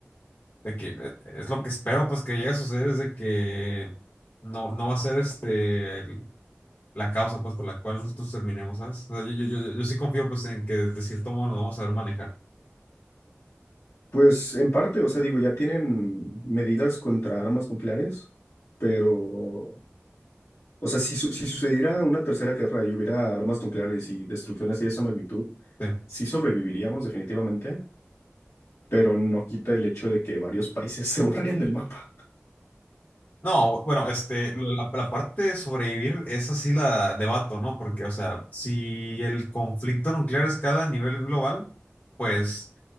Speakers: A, on the left; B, on the left.
A: de que eh, es lo que espero pues que llegue a suceder es de que no, no va a ser este el- la causa pues por la cual nosotros terminemos, ¿sabes? O sea, yo, yo, yo, yo sí confío pues en que de cierto modo nos vamos a saber manejar.
B: Pues en parte, o sea, digo, ya tienen medidas contra armas nucleares, pero, o sea, si, su- si sucediera una tercera guerra y hubiera armas nucleares y destrucciones y de esa magnitud,
A: Sí.
B: sí sobreviviríamos definitivamente, pero no quita el hecho de que varios países <laughs> se borrarían del mapa.
A: No, bueno, este, la, la parte de sobrevivir es así la debato, ¿no? Porque, o sea, si el conflicto nuclear escala a nivel global, pues